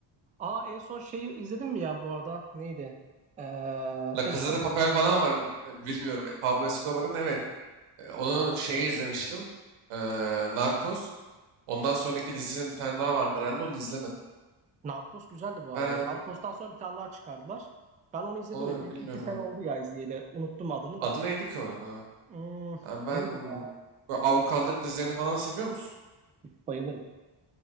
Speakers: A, on the right; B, on the right.
A: Aa en son şeyi izledin mi ya bu arada? Neydi? Ee,
B: La Casa
A: Escobar.
B: de Papel falan var mı? <laughs> Bilmiyorum. E, Pablo Escobar'ın evet. E, Onun şeyi izlemiştim. Ee, Narcos. Ondan sonraki dizisinin bir tane daha vardı herhalde. Onu izlemedim.
A: Narcos güzeldi bu arada.
B: Ben
A: Narcos'tan sonra bir tane daha çıkardılar. Ben onu izledim
B: onu
A: de bir,
B: bilmiyorum
A: iki sene
B: abi.
A: oldu ya izleyeli. Unuttum adını
B: Adı
A: da.
B: neydi ki onun ha?
A: Hmm,
B: Ha, ben
A: neydi ya?
B: bu avukatlık dizilerini falan seviyor musun?
A: Üf, Bayılırım.